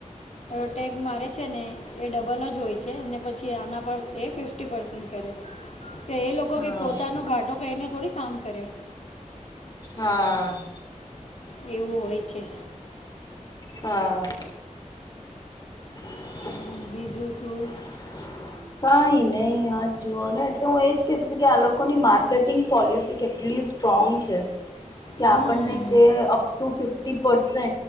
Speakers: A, on the left (about 60°); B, on the left (about 30°).
A: ટેગ મારે છે ને એ ડબલ જ હોય છે અને પછી આના પર એ ફિફ્ટી પસન્ટ કરે કે એ લોકો
B: હા
A: કે પોતાનો ઘાટો કહીને થોડી કામ કરે
B: હા
A: એવું હોય છે.
B: હા હ
A: અને
B: <inaudible>
A: બીજું શું?
B: <inaudible> કઈ નહી આજ જુઓ ને એટલે હું એજ કીધું તું કે આ લોકોની માર્કેટિંગ પોલિસી કેટલીસ્ટ સ્ટ્રોંગ છે કે
A: હમ્મ,
B: આપણને કે ટ ફફ